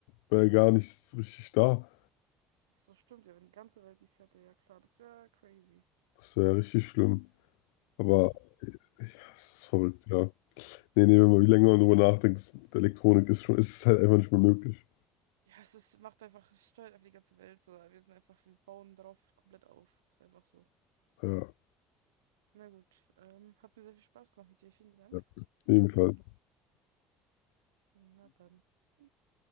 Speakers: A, on the left; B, on the right.
A: wäre ja gar nichts richtig da.
B: So stimmt ja, wenn die ganze Welt nichts hätte, ja klar, das wäre crazy.
A: Das wäre ja richtig schlimm. Aber
B: Ja.
A: ja, es ist verrückt, ja. Nee, nee, wenn man wie länger man drüber nachdenkt, ist- mit Elektronik ist schon, ist es halt einfach nicht mehr möglich.
B: Ja, es ist, macht einfach, es steuert einfach die ganze Welt so. Wir sind einfach, wir bauen darauf komplett auf. Ist einfach so.
A: Ja,
B: Na gut, ähm, hat mir sehr viel Spaß gemacht mit dir. Vielen Dank.
A: ja.
B: Ich
A: Jedenfalls.
B: muss jetzt leider. Na dann. Tschüss.